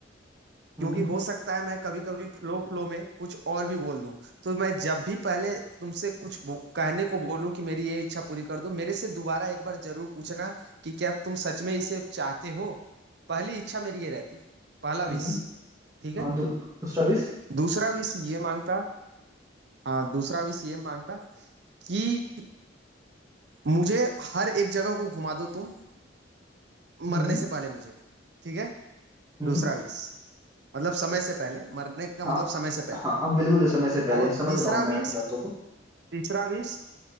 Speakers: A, on the right (about 15°); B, on the right (about 60°).
A: हम्म
B: क्योंकि हो सकता है मैं कभी कभी फ्लो फ्लो में कुछ और भी बोल दूं तो मैं जब भी पहले तुमसे कुछ बो- कहने को बोलूं कि मेरी ये इच्छा पूरी कर दो मेरे से दोबारा एक बार जरूर पूछना कि क्या तुम सच में इसे चाहते हो पहली इच्छा मेरी ये रहती पहला
A: हम्म
B: विश ठीक है
A: हाँ दू, दूसरा विश
B: दूसरा विश ये मांगता हाँ दूसरा विश ये मांगता कि मुझे हर एक जगह को घुमा दो तुम
A: हम्म
B: मरने से पहले मुझे ठीक है
A: हम्म
B: दूसरा विश मतलब समय से पहले मरने का
A: हाँ
B: मतलब समय से पहले
A: हाँ हम बिल्कुल इस समय से पहले
B: और
A: समझ
B: तीसरा
A: रहा हूँ मैं
B: विश
A: आपकी बातों को
B: तीसरा विश